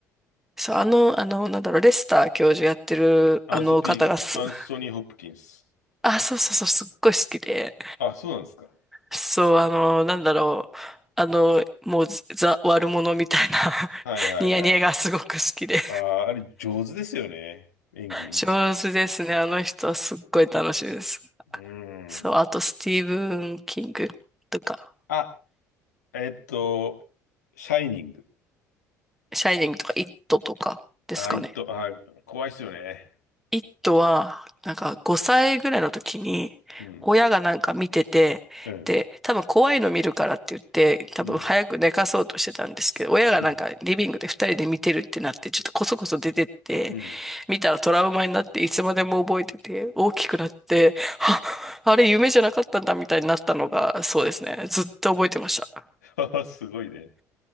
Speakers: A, in the centre; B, on the left.
A: そう、あの、あの、なんだろう、レスター教授やってる、
B: アンソピー、
A: あの方がす、
B: アンソニー・
A: <laughs>
B: ホップキンス。
A: あ、そうそうそう、すっごい好きで、
B: あ、そうなんですか。
A: そう、あの、なんだろう、あの、もう、ザ、悪者みたいな <laughs>
B: はいはいはい。
A: ニヤニヤがすごく好きで、
B: ああ、あれ上手ですよね。演技も。
A: 上手ですね、あの人はすっごい楽しいです。
B: うん。
A: そう、あと、スティーブン・キングとか、
B: あ、えっと、シャイニング。
A: シャイニングとか、イットとかですかね。
B: あ、いっと、あ、怖いっすよね。
A: イットは、なんか5歳ぐらいの時に、
B: うん。
A: 親がなんか見てて、
B: うん。
A: で、多分怖いの見るからって言って、多分早く寝かそうとしてたんですけど、
B: うん。
A: 親がなんかリビングで2人で見てるってなって、
B: うん。
A: ちょっとこそこそ出てって、
B: うん。
A: 見たらトラウマになって、いつまでも覚えてて、大きくなって、はあれ夢じゃなかったんだみたいになったのが、そうですね。ずっと覚えてました。
B: <laughs> すごいね。